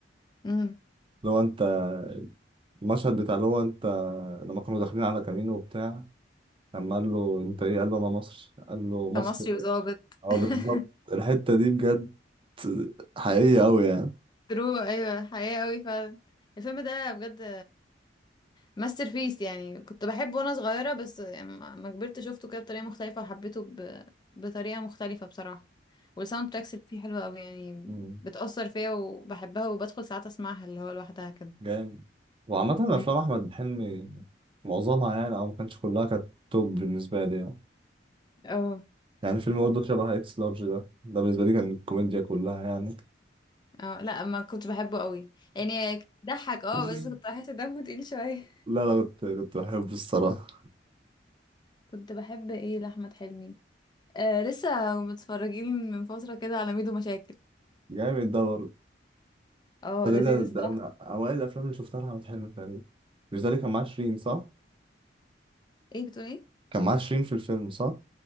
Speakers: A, on the left (about 25°); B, on the right (about 30°).
A: امم
B: لو انت المشهد بتاع اللي هو انت لما كانوا داخلين على كامينو وبتاع لما قال له انت ايه قال له انا مصري قال له مصري
A: كمصري وظابط
B: اه
A: <laughs>
B: بالظبط الحتة دي بجد حقيقية قوي يعني
A: ترو ايوه حقيقة قوي فعلا الفيلم ده بجد ماستر بيس يعني كنت بحبه وانا صغيرة بس لما لما كبرت شفته كده بطريقة مختلفة وحبيته ب... بطريقة مختلفة بصراحة والساوند تراكس اللي فيه حلوة قوي يعني
B: فين
A: بتأثر فيا وبحبها وبدخل ساعات اسمعها اللي هو لوحدها كده
B: جامد وعامة
A: مم.
B: أفلام أحمد حلمي معظمها يعني أو ما كانتش كلها كانت توب بالنسبة لي يعني
A: اه
B: يعني فيلم برضه شبه إكس لارج ده ده بالنسبة لي كان الكوميديا كلها يعني
A: اه لا ما كنت بحبه قوي يعني ضحك اه
B: <laughs>
A: بس كنت بحس دمه تقيل شوية
B: لا لا كنت كنت بحبه الصراحة
A: كنت بحب ايه لأحمد حلمي آه لسه متفرجين من فترة كده على ميدو مشاكل
B: جامد ده برضه
A: اه
B: ده,
A: لذيذ
B: ده, ده
A: الصراحة
B: من أوائل الأفلام اللي شفتها لأحمد حلمي تقريبا مش ده اللي كان معاه شيرين صح؟
A: ايه بتقول ايه
B: كان معاه شيرين في الفيلم صح؟